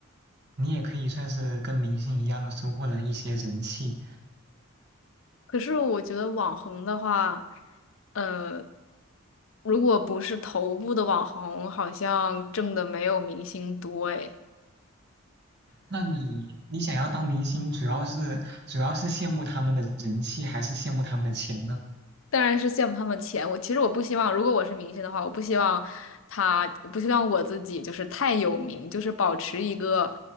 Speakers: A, on the right; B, on the left.
A: 你也可以算是跟明星一样收获了一些人气。
B: 可是我觉得网红的话，呃，如果不是头部的网红，好像挣的没有明星多诶。
A: 那你你想要当明星，主要是主要是羡慕他们的人气，还是羡慕他们的钱呢？
B: 当然是羡慕他们钱。我其实我不希望，如果我是明星的话，我不希望他，我不希望我自己就是太有名，就是保持一个